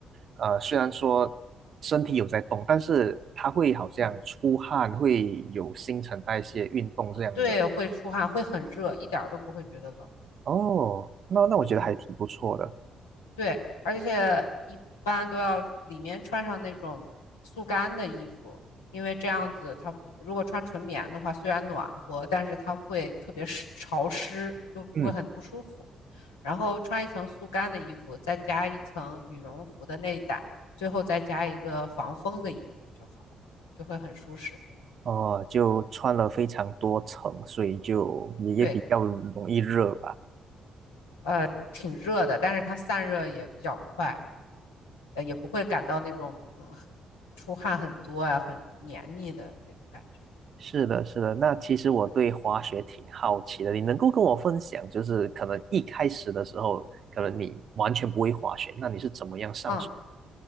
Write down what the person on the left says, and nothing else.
嗯，
对，会出汗，会很热，一点儿都不会觉得冷。
嗯。对，而且一般都要里面穿上那种速干的衣服，因为这样子它如果穿纯棉的话，虽然暖和，但是它会特别湿潮湿，就会很不舒服。
然后穿一层速干的衣服，再加一层羽绒服的内胆，最后再加一个防风的衣服就好了，就会很舒适。
对，呃，挺热的，但是它散热也比较快。呃，也不会感到那种嗯出汗很多呀、很黏腻的那种感觉。
嗯
嗯，